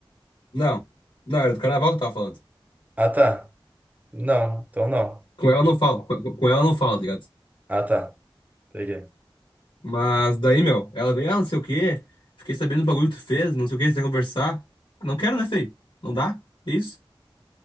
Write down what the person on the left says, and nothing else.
Não. Não, era do carnaval que eu tava falando.
Com ela eu não falo, com, com ela eu não falo, tá ligado?
Mas daí, meu, ela vem, ah, não sei o quê. Fiquei sabendo do bagulho que tu fez, não sei o quê, você quer conversar. Ah, Não quero, né, feio? Não dá? É isso?